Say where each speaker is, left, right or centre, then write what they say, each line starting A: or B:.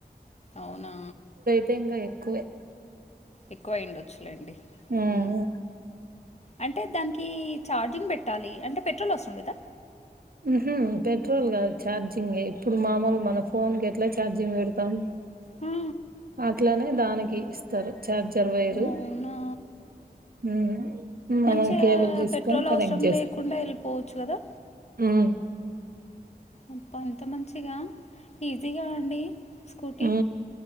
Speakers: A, on the left; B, on the right.
A: అవునా
B: తే ఇంగా ఎక్కువే
A: ఎక్కువ అయ్యుండొచ్చు లేండి
B: హ్మ్
A: ఊ అంటే దాన్కీ ఛార్జింగ్ బెట్టాలి అంటే పెట్రోలొస్తుందిద
B: ఉహూ పెట్రోల్ గాదు ఛార్జింగే ఇప్పుడు మామొల్ మన ఫోన్ కి ఎట్ల ఛార్జింగ్ వెడుతాం
A: ఆ
B: ఆట్లనే దానికి ఇస్తారు చార్జర్ వయరు
A: అవునా
B: ఉ మనం
A: మంచిగా
B: కేబుల్ దీస్కొన్
A: పెట్రోల్
B: కనెక్ట్
A: అవసరం
B: జేస్
A: లేకుండా వెళ్ళిపోవచ్చు కదా
B: ఊమ్
A: అబ్బా ఎంత మంచిగా ఈజిగా అండి స్కూటీ
B: ఊ